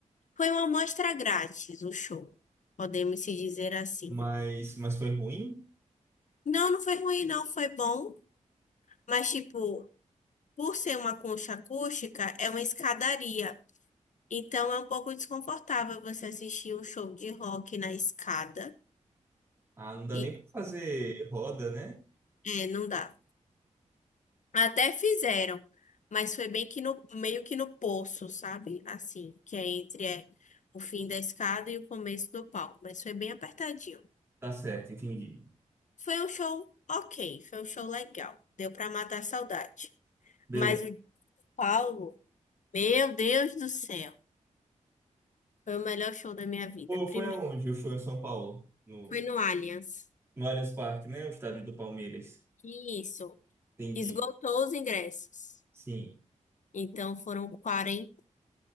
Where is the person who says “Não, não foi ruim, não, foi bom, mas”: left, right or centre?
Left